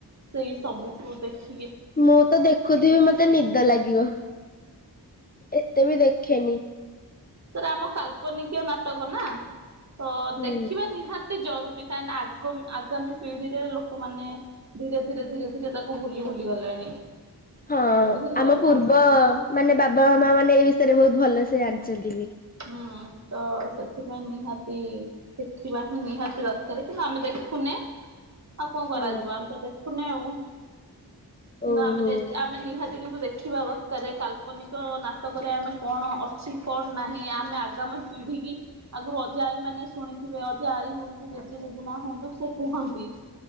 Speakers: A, on the right; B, on the left.
A: ସେଇ ସବୁକୁୁ ଦେଖି।
B: ମୁଁ ତ ଦେଖୁଥିବି ମତେ ନିଦ ଲାଗିବ, ଏତେ ବି ଦେଖେନି।
A: ସେଟା ଆମ କାଳ୍ପନିକୀୟ ନାଟକ ନା ତ
B: ହୁଁ।
A: ଦେଖିବା ନିହାତି ଜରୁରୀ କାହିଁକି ଆ ଆଗାମୀ ପିଢିରେ ଲୋକମାନେ ଧୀରେ ଧୀରେ ଧୀରେ ଧୀରେ ତା ଭୁଲି ଭୁଲି ଗଲେଣି
B: ହଁ
A: ତ ବୁଝିଲେ,
B: ଆମ ପୂର୍ବ
A: ତ ସେ
B: ମାନେ ବାବା ମା ମାନେ ଏ ବିଷୟରେ ବହୁତ ଭଲ ସେ ଜାଣିଛନ୍ତି ବି।
A: ହୁଁ ତ ସେଥିପାଇଁ ନିହାତି ଦେଖିବା ହିଁ ନିହାତି ଦରକାର କିନ୍ତୁ ଆମେ ଦେଖୁନେ ଆଉ କଣ କରାଯିବ!
B: ହଁ
A: ଆମେ ତ ଦେଖୁନି ଆଉ କିନ୍ତୁ
B: ଓହୋ
A: ଆମେ ଯଦ ଆମେ ନିହାତି କିନ୍ତୁ ଦେଖିବା ଅବସ୍ଥାରେ କାଲ୍ପନିକ ନାଟକରେ ଆମେ କଣ ସେ କଣ ନାହିଁ ଆମେ ଆଗାମୀ ପିଢ କି ଆଗରୁ ଅଜେ ଆଈ ମାନେ ଶୁଣିଥିବେ, ଅଜେ ଆଈ ହୁଅନ୍ତୁ ଜେଜେ ଜେଜେମା ହୁଅନ୍ତୁ ସେ କୁହନ୍ତି।